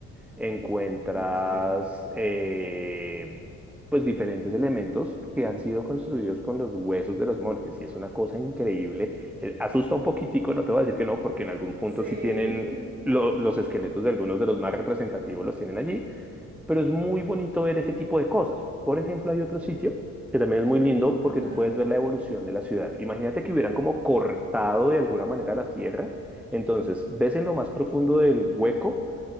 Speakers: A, in the centre; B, on the right.
A: encuentras
B: ok,
A: eh, pues diferentes elementos que han sido construidos con los huesos de los monjes y es una cosa increíble. Eh, Asusta un poquitico, no te voy a decir que no, porque en algún punto
B: sí,
A: sí tienen
B: <laughs>
A: lo- los esqueletos de algunos de los más representativos los tienen allí pero es muy bonito ver ese tipo de cosas. Por ejemplo, hay otro sitio que también es muy lindo
B: ajá,
A: porque tú puedes ver la evolución de la ciudad. Imagínate que hubieran como cortado de alguna manera la tierra. Entonces, ves en lo más profundo del hueco,